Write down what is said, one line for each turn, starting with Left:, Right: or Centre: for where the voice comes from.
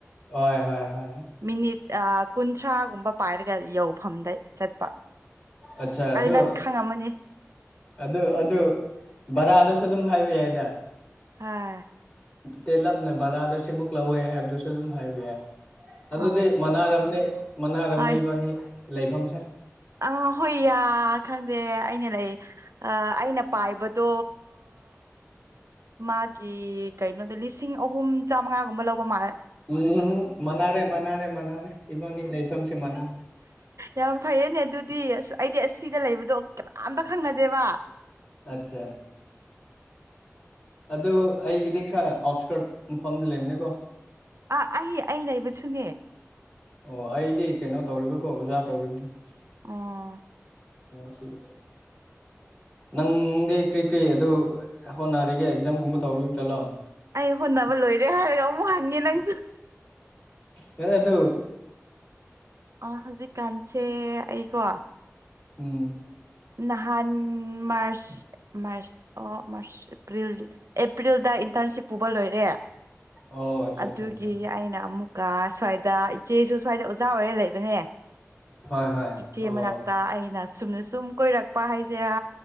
Left: ꯍꯣꯏ ꯍꯣꯏ ꯍꯣꯏ
Right: ꯃꯤꯅꯤꯠ ꯑ ꯀꯨꯟꯊ꯭ꯔꯥꯒꯨꯝꯕ ꯄꯥꯏꯔꯒ ꯌꯧꯐꯝꯗ ꯆꯠꯄ
Left: ꯑꯆꯥ ꯑꯗꯨ
Right: ꯅꯪ ꯈꯪꯉꯝꯃꯅꯤ
Left: ꯑꯗꯨ ꯑꯗꯨ ꯕꯔꯥꯗꯁꯨ ꯑꯗꯨꯝ ꯍꯥꯏꯕ ꯌꯥꯏꯗ
Right: ꯍꯣꯏ
Left: ꯇꯦꯂꯞꯅ ꯚꯔꯥꯗ ꯁꯤꯃꯨꯛ ꯂꯧꯋꯦ ꯍꯥꯏꯕꯗꯨꯁꯨ ꯑꯗꯨꯝ ꯍꯥꯏꯕ ꯌꯥꯏ ꯑꯗꯨꯗꯤ
Right: ꯑ
Left: ꯃꯅꯥꯔꯝꯅꯤ ꯃꯅꯥꯔꯝꯅꯤ
Right: ꯍꯣꯏ
Left: ꯏꯕꯥꯅꯤ ꯂꯩꯐꯝꯁꯦ
Right: ꯑ ꯍꯣꯏ ꯌꯥ ꯈꯪꯗꯦ ꯑꯩꯅ ꯂꯩ ꯑ ꯑꯩꯅ ꯄꯥꯏꯕꯗꯣ ꯃꯥꯒꯤ ꯀꯩꯅꯣꯗ ꯂꯤꯁꯤꯡ ꯑꯍꯨꯝ ꯆꯥꯃꯉꯥꯒꯨꯝꯕ ꯂꯧꯕ ꯃꯥꯂꯦ
Left: ꯎꯝ ꯃꯥꯟꯅꯥꯔꯦ ꯃꯥꯟꯅꯥꯔꯦ ꯃꯥꯟꯅꯥꯔꯦ ꯏꯕꯥꯅꯤ ꯂꯩꯐꯝꯁꯤ ꯃꯥꯟꯅꯥꯔꯦ
Right: ꯌꯥꯝ ꯐꯩꯌꯦꯅꯦ ꯑꯗꯨꯗꯤ ꯑꯁ ꯑꯩꯗꯤ ꯑꯁꯤꯗ ꯂꯩꯕꯗꯣ ꯀꯅꯥꯝꯇ ꯈꯪꯅꯗꯦꯕ
Left: ꯑꯆꯥ ꯑꯗꯨ ꯑꯩꯒꯤꯗꯤ ꯈꯔ ꯑꯥꯎꯠꯁꯀꯔꯠ ꯃꯐꯝꯗ ꯂꯩꯕꯅꯦꯀꯣ
Right: ꯑꯥ ꯑꯩ ꯑꯩ ꯂꯩꯕ ꯁꯨꯅꯦ
Left: ꯑꯣ ꯑꯩꯗꯤ ꯀꯩꯅꯣ ꯇꯧꯔꯤꯕꯀꯣ ꯑꯣꯖꯥ ꯇꯧꯔꯤꯝꯅꯤ
Right: ꯑꯥ
Left: <unintelligible> ꯅꯪꯗꯤ ꯀ꯭ꯔꯤ ꯀ꯭ꯔꯤ ꯑꯗꯨ ꯍꯣꯠꯅꯔꯤꯒꯦ ꯑꯦꯛꯖꯥꯝꯒꯨꯝꯕ ꯇꯧꯔꯤꯞꯖꯥꯠꯂ
Right: ꯑꯩ ꯍꯣꯠꯅꯕ ꯂꯣꯏꯔꯦ ꯍꯥꯏꯔꯒ ꯑꯃꯨꯛ ꯍꯪꯉꯦ ꯅꯪꯁꯨ
Left: ꯍꯦ ꯑꯗꯨ
Right: ꯑꯥ ꯍꯧꯖꯤꯛ ꯀꯥꯟꯁꯦ ꯑꯩꯀꯣ
Left: ꯎꯝ
Right: ꯅꯍꯥꯟ ꯃꯥꯔꯁ ꯃꯥꯔꯁ ꯑꯣ ꯃꯥꯔꯁ ꯑꯦꯄ꯭ꯔꯤꯜ ꯑꯦꯄ꯭ꯔꯤꯜꯗ ꯏꯟꯇꯔꯟꯁꯤꯞ ꯄꯨꯕ ꯂꯣꯏꯔꯦ
Left: ꯑꯣ ꯑꯠꯆꯥ
Right: ꯑꯗꯨꯒꯤ
Left: ꯑꯠꯆꯥ ꯑꯠꯆꯥ
Right: ꯑꯩꯅ ꯑꯃꯨꯛꯀ ꯁ꯭ꯋꯥꯏꯗ ꯏꯆꯦꯁꯨ ꯁ꯭ꯋꯥꯏꯗ ꯑꯣꯖꯥ ꯑꯣꯏꯔ ꯂꯩꯕꯅꯦ
Left: ꯍꯣꯏ ꯍꯣꯏ
Right: ꯏꯆꯦ
Left: ꯑꯣ
Right: ꯃꯅꯥꯥꯛꯇ ꯑꯩꯅ ꯁꯨꯝꯅ ꯁꯨꯝ ꯀꯣꯏꯔꯛꯄ ꯍꯥꯏꯁꯦꯔꯥ